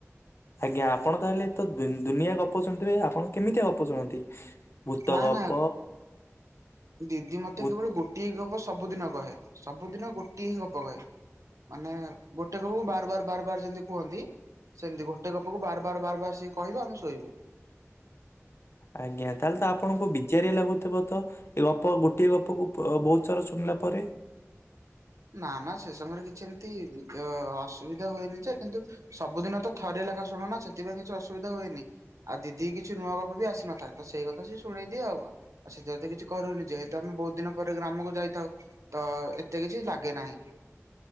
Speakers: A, on the left; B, on the right.
A: ଆଜ୍ଞା ଆପଣ ତାହେଲେତ ଦୁନି ଦୁନିଆ ଗପ ଶୁଣୁଥିବେ ଆପଣ କେମିତିଆ ଗପ ଶୁଣନ୍ତି? ଭୂତ
B: ନା
A: ଗପ
B: ନା ଦିଦି ମତେ
A: ଭୂ-
B: କେବଳ ଗୋଟିଏହିଁ ଗପ ସବୁଦିନ କହେ ସବୁଦିନ ଗୋଟିଏହିଁ ଗପ କହେ। ମାନେ ଗୋଟେ ଗପକୁ ବାର ବାର ବାର ବାର ଯେମିତି କୁହନ୍ତି ସେମିତି ଗୋଟେ ଗପକୁ ବାର ବାର ବାର ବାର ସିଏ କହିବ ଆମେ ଶୋଇବୁ।
A: ଆଜ୍ଞା ତାହେଲେତ ଆପଣଙ୍କୁ ବି ଚେରିଆ ଲାଗୁଥିବତ ଏଗପ ଗୋଟିଏ ଗପକୁ ବହୁତ ଥର ଶୁଣିଲା ପରେ
B: ନା ନା ସେ ସମୟରେ କିଛି ଏମିତି ଅ ଅସୁବିଧା ହୁଏନିଯେ କିନ୍ତୁ ସବୁଦିନତ ଥରିଏ ଲେଖା ଶୁଣୁନା ସେଥିପାଇଁ କିଛି ଅସୁବିଧା ହୁଏନି। ଆଉ ଦିଦି କିଛି ନୂଆ ଗପବି ଆସିନଥାଏ ତ ସେଇ କଥା ସିଏ ଶୁଣେଇଦିଏ ଆଉବା ଆଉ ସେ ଜଦି କିଛି କରୁନି ଯେହେତୁ ଆମେ ବହୁତ ଦିନ ପରେ ଗ୍ରାମକୁ ଯାଇଥାଉ ତ ଏତେ କିଛିହେଲା। ତେ ନାହିଁ।